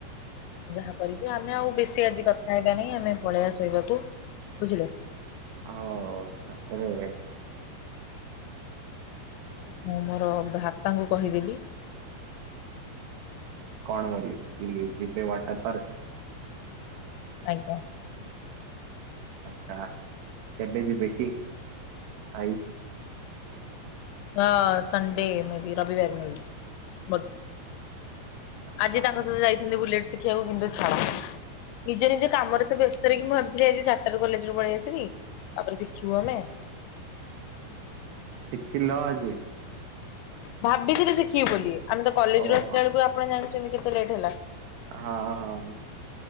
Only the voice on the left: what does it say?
ଯାହା କରିବି ଆମେ ଆଉ ବେଶୀ ଆଜି କଥା ହେବା ନାଇଁ ଆମେ ପଳେଇବା ଶୋଇବାକୁ। ବୁଝିଲେ?
ମୁଁ ମୋର ଭ୍ରାତାଙ୍କୁ କହିଦେବି।
ଆଜ୍ଞ।
ଅ ସଣ୍ଡେ ମେ ବି ରବିିବାର ମେ ବି ବ
ଆଜି ତାଙ୍କ ସହିତ ଯାଇଥାନ୍ତି ବୁଲେଟ୍ ଶିଖିବାକୁ କିନ୍ତୁ ଛାଡ। ନିଜ ନିଜ କାମରେ ତ ବ୍ୟସ୍ତ ରହିକି ମୁଁ ଭାବିଥିଲି ଆଜି ଚାରଟାରୁ କଲେଜରୁୁ ପଳେଇ ଆସିବି ତାପରେ ଶିଖିବୁ ଆମେ।
ଭାବିଥିଲି ଶିଖିବୁ ବୋଲି ଆମେ ତ କଲେଜରୁ
ଆସିଲା ବେଳୁକୁ ଆପଣ ଜାଣିଚନ୍ତି କେତେ ଲେଟ୍ ହେଲା।